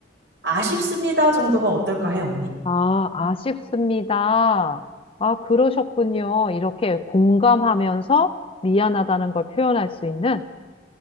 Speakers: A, on the right; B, on the left.
A: 아쉽습니다 정도가 어떨까 해, 언니.
B: 아, 아쉽습니다. 아, 그러셨군요. 이렇게 공감하면서 미안하다는 걸 표현할 수 있는,